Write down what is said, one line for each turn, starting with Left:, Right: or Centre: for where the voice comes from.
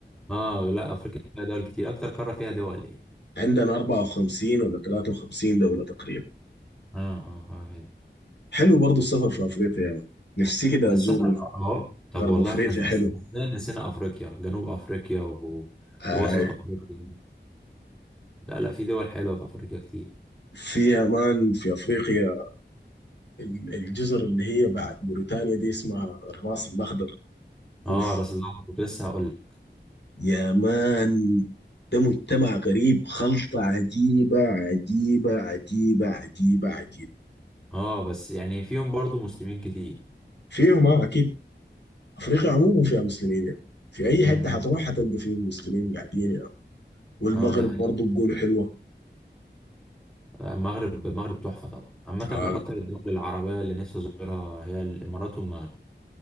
Centre: اه لا افريقيا فيها دول كتير اكتر قاره فيها دول ايه
Left: عندنا 54 ولا 53 دولة تقريبا
Centre: اه اه آه، حلو.
Left: حلو برضو السفر في افريقيا يا مان نفسي كده
Centre: السفر
Left: ازور
Centre: اه طب
Left: غرب
Centre: والله
Left: افريقيا
Centre: احنا ازاي
Left: حلو
Centre: ازاي نسينا افريقيا جنوب افريقيا و...
Left: آه
Centre: ووسط افريقيا لا لا في دول حلوه في افريقيا كتير
Left: في امان في افريقيا ال- الجزر اللي هي بعد موريتانيا دي اسمها الراس الاخضر
Centre: اه
Left: اوف
Centre: راس الأخضر كنت لسه هقول لك
Left: يا مان ده مجتمع غريب خلطة عجيبة عجيبة عجيبة عجيبة عجيبة
Centre: اه بس يعني فيهم برضو مسلمين كتير
Left: فيهم اه اكيد افريقيا عموما فيها مسلمين يعني في اي
Centre: امم
Left: حته حتروح حتلقى فيه مسلمين قاعدين يعني والمغرب
Centre: اه ده حقيقي
Left: برضه بيقولوا حلوه
Centre: المغرب المغرب تحفه طبعا عامه
Left: آه.
Centre: من اكتر الدول العربيه اللي نفسي ازورها هي الامارات والمغرب